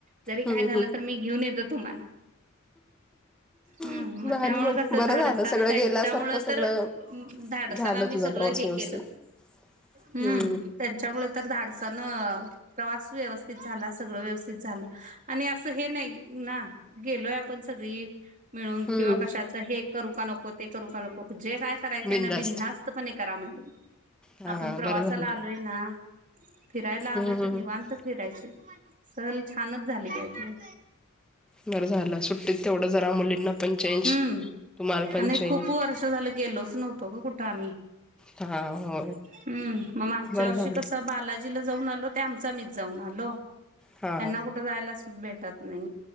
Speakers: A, on the right; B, in the centre.
A: जरी
B: हम्म
A: काय झालं तरी मी घेऊन येतो तुम्हाला हं
B: हम्म
A: म
B: भारी
A: त्यामुळे
B: मग
A: कस
B: बरं
A: धाडसान
B: झालं सगळं
A: त्यांच्यामुळ
B: गेल्यासारखं सगळं
A: तर धाडसान
B: झालं
A: आम्ही
B: तुझा
A: सगळं
B: प्रवास
A: हे
B: व्यवस्थित
A: केलं हं
B: हम्म
A: त्यांच्यामूळ तर धाडस न प्रवास व्यवस्थित झाला सगळं व्यवस्थित झालं आणि अस हे नाही ना गेलोय आप पण सगळी मिळून
B: हम्म
A: किंवा कशाच हे - करू का नको ते करू का नको जे काय करायचं
B: बिंदास्त
A: आहे ना बिधास्त पणे करा म्हंद
B: हा
A: आपण प्रवासाला
B: बरं झालं
A: आलोय ना फिरायला
B: हम्म
A: आलोय तर
B: हम्म
A: निवांत फिरायच. सल छानच झाली पाहिजे.
B: बरं झालं सुट तेवढं जरा मुलींना पण चेंज
A: हम्म
B: तुम्हाला पण
A: आणि
B: चेंज.
A: खूप वर्ष झालं गेलोच नवतो ग कुठं आम्ही
B: हा होय
A: हम्म मग मागच्या
B: बरं
A: वर्षी
B: झालं
A: कस बाला जिला जाऊन आलो ते आमचआमीच जाऊन आलो.
B: हा
A: त्यांना कुठं जायलाच भेट नाही